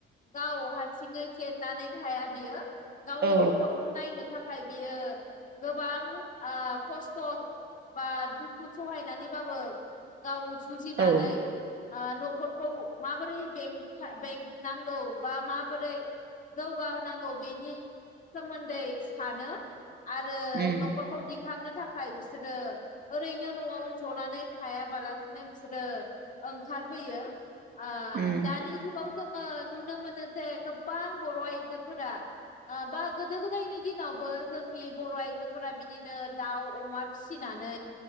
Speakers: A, on the left (about 40°); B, on the right (about 50°).
A: गाव हारसिङै जेननानै थाया बियो गावनि
B: औ
A: गथ'खौ नायनो था खाय बियो गोबां ओ खस्थ' बा दुखु सहायनानैबाबो गाव जुजिनानै
B: औ
A: ओ नखरखौ माबोरै बेंथा बेंनांगौ बा माबोरै जौगाहोनांगौ बेनि सोमोन्दै सानो आरो
B: उम
A: नखरखौ दिखांनो थाखाय बिसोरो ओरैनो नआव जनानै थायाबालासिनो बिसोरो ओंखारबोयो। ओ
B: उम
A: दानि जुगाव जोङो नुनो मोनो जे गोबां बर' आइजोफोरा ओ बा गोदो गोदायनि दिनावबो जोंनि बर' आइजोफोरा बिदिनो दाउ अमा फिसिनानै।